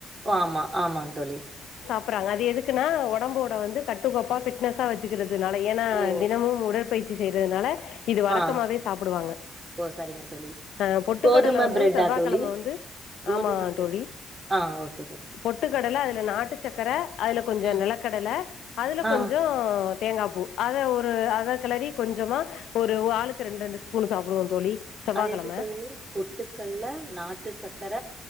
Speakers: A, on the right; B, on the left.
A: ஆமா ஆமா தோழி
B: குப்படராங்க அது எதுக்குன்னா ஒடம்போட வந்து கட்டுக்கோப்பா ஃபிட்னஸா வச்சுகிறது இது நாளைக்குனா
A: ஓ
B: தினமும் உட உடற்பெயற்சி செய்யறதுனால இது வழக்கமாவே
A: ஆ
B: சாப்பிடுவாங்க
A: ஓ சரிங்க தோழி
B: அ பொட்டு
A: கோதும
B: வாரத்துல வந்து
A: பிரெட்டா
B: செவ்வாகெழம
A: தோழி
B: வந்து
A: கோதும
B: ஆமா
A: பிரெட்
B: தோழி
A: ஆ ஓகே தோழி
B: பொட்டுக் கடல அதுல நாட்டு சக்கர அதுல கொஞ்சோ
A: ம்
B: நெலக்கடல அதுல
A: ஆ
B: கொஞ்சோ தேங்கா பூ அத ஒரு அத கெளறி கொஞ்சமா ஒரு ஆளுக்கு ரெண்டு ரெண்டு ஸ்பூன் சாப்புடுவோந் தோழி செவ்வாய்க்கிழம
A: அது எப்படி தருது பொட்டுக்கல்ல நாட்டு சக்கர